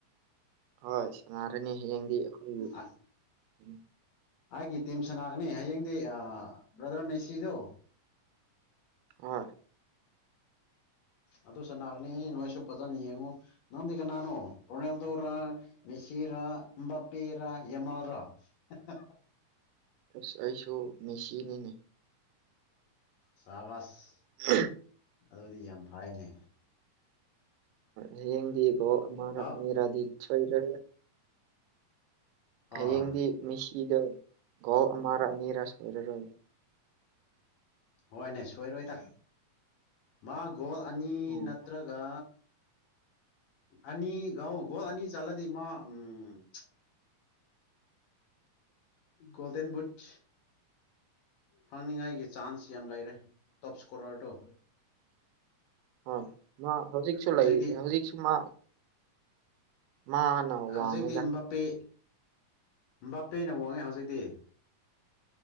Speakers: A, on the right; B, on the left.
A: ꯍꯣꯏ ꯁꯥꯟꯅꯔꯅꯤ ꯍꯌꯦꯡꯗꯤ ꯑꯩꯈꯣꯏꯒꯤ
B: ꯑ
A: ꯎꯝ
B: ꯑꯩꯒꯤ ꯇꯤꯝ ꯁꯅꯥꯒꯅꯤ ꯍꯌꯦꯡꯗꯤ ꯕ꯭ꯔꯗꯔ ꯃꯦꯁꯤꯗꯣ
A: ꯍꯣꯏ
B: ꯑꯗꯨ ꯁꯅꯥꯒꯅꯤ ꯅꯣꯏꯁꯨ ꯐꯖꯅ ꯌꯦꯡꯉꯨ ꯅꯒ ꯅꯥꯟꯣ ꯔꯣꯅꯦꯜꯗꯣ ꯔ ꯃꯦꯁꯤ ꯔꯥ ꯑꯕꯥꯄꯤꯤ ꯔꯔ ꯌꯃꯜ ꯔꯥ <unintelligible>
A: ꯑꯁ ꯑꯩꯁꯨ ꯃꯤꯦꯁꯤꯅꯤꯅꯦ
B: ꯁꯥꯕꯁ
A: ꯍ
B: ꯑꯗꯨꯗꯤ ꯌꯥꯝ ꯐꯥꯏꯅꯦ
A: ꯍꯌꯦꯡꯗꯤꯈꯣ ꯑꯔꯔꯥꯗꯤ
B: ꯍꯥꯎ
A: ꯁꯣꯏꯔꯦ ꯍꯌꯦꯡꯗꯤ
B: ꯑꯥ
A: ꯃꯤꯁꯤꯗꯣ ꯒꯣꯜ ꯑꯃꯔ ꯑꯅꯤꯔ ꯁꯣꯏꯔꯔꯣꯏꯕ
B: ꯍꯣꯏꯅꯦ ꯁꯣꯏꯔꯣꯏꯗ ꯃꯥ ꯒꯣꯜ ꯑꯅꯤ
A: ꯎꯝ
B: ꯅꯠꯇ꯭ꯔꯒ ꯑꯅꯤ ꯉꯥꯎꯒꯣ ꯑꯅꯤ ꯆꯂꯗꯤ ꯃ ꯎꯝ ꯣꯜꯗꯦꯟ ꯕꯨꯠ ꯐꯪꯅꯤꯉꯥꯏꯒꯤ ꯆꯥꯟꯁ ꯌꯥꯝ ꯂꯩꯔꯦ ꯇꯣꯞ ꯏꯁꯀꯣꯔꯔꯗꯨꯣ
A: ꯎꯝ ꯑ ꯃꯥ ꯍꯧꯖꯤꯛꯁꯨ
B: ꯍꯧꯖꯤꯛꯇꯤ
A: ꯂꯩꯔꯤ ꯍꯧꯖꯤꯛꯁꯨ ꯃꯥ ꯃꯥꯅ
B: ꯍꯧꯖꯤꯛꯇꯤ
A: ꯋꯥꯡꯉꯤꯗ
B: ꯏꯕꯥꯄꯦ ꯏꯕꯥꯄꯦꯅ ꯋꯥꯡꯉꯦ ꯍꯧꯖꯤꯛꯇꯤ